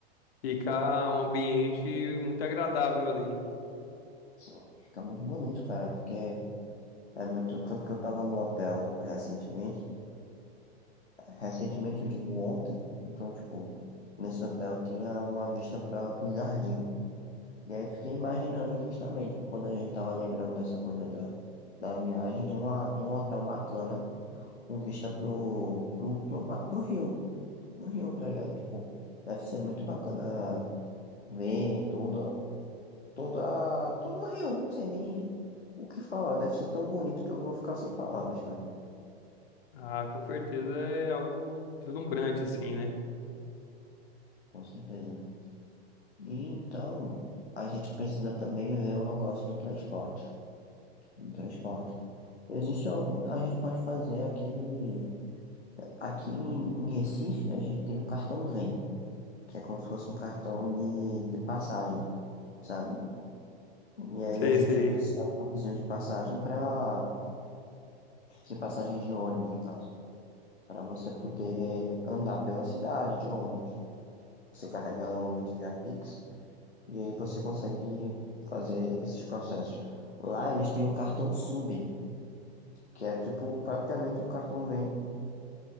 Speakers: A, on the left (about 65°); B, on the left (about 85°).
A: fica um ambiente muito agradável ali.
B: Sim, fica muito bonito, cara, porque é muito. Tanto que eu tava num hotel recentemente, recentemente eu digo ontem, então, tipo, nesse hotel tinha uma vista para pro jardim. E aí eu fiquei imaginando justamente, quando a gente tava lembrando dessa coisa da, da viagem, de, uma, de um hotel bacana, com vista pro, pro, pro, mar- pro rio, pro rio, tá ligado? Tipo, deve ser muito bacana ver tudo, toda, todo Rio, não sei nem o que falar. Deve ser tão bonito que eu vou ficar sem palavras, cara.
A: Ah, com certeza é algo deslumbrante, assim, né?
B: Com certeza. E então, a gente precisa também ver o negócio do transporte. Do transporte. Existe algo, a gente pode fazer aquele. Aqui em em Recife, a gente tem o cartão Vem, que é como se fosse um cartão de, de passagem, sabe? E aí
A: Sei,
B: a gente
A: sei.
B: usa esse cartãozinho de passagem para. De passagem de ônibus, no caso. Para você poder andar pela cidade de ônibus Você carrega ela normalmente via Pix e aí você consegue fazer esses processos. Lá eles têm um cartão sub, que é tipo praticamente um cartão Vem